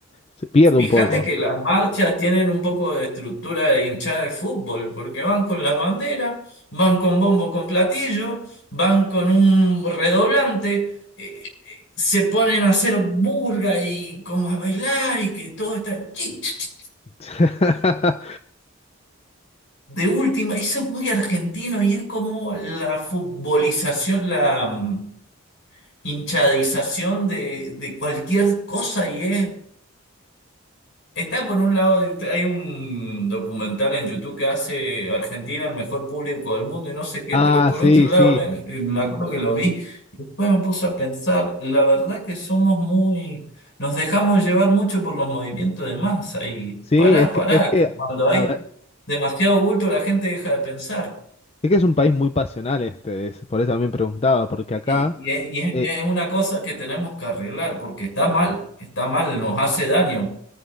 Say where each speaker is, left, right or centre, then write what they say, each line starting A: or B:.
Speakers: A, on the left; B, on the left.
A: se pierde
B: Fíjate
A: un poco.
B: que las marchas tienen un poco de estructura de hinchada de fútbol, porque van con las banderas, van con bombo con platillo, van con un redoblante, eh, se ponen a hacer burga y como a bailar y que todo está chi, chi, chi,
A: <laughs>
B: de última. Eso es muy argentino y es como la futbolización, la mm, hinchadización de, de cualquier cosa y es Está por un lado, hay un documental en YouTube que hace Argentina el mejor público del mundo y no sé qué,
A: Ah,
B: pero por
A: sí,
B: otro lado
A: sí,
B: me, me acuerdo que lo vi, después me puse a pensar, la verdad que somos muy, nos dejamos llevar mucho por los movimientos de masa y
A: sí,
B: pará,
A: es que,
B: pará,
A: es que,
B: que cuando hay
A: a ver,
B: demasiado bulto la gente deja de pensar.
A: es que es un país muy pasional este, es- por eso también preguntaba, porque acá...
B: Y, y es, y es-
A: eh,
B: es una cosa que tenemos que arreglar porque está mal, está mal, nos hace daño.